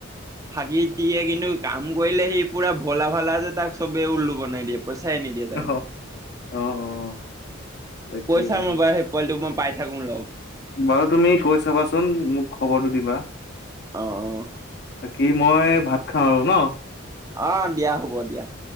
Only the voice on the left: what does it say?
অহ
অহ, অ', অ'। তাকে
বাৰু তুমি কয় চাবাচোন, মোক খবৰটো দিবা।
কি মই ভাত খাওঁ আৰু ন?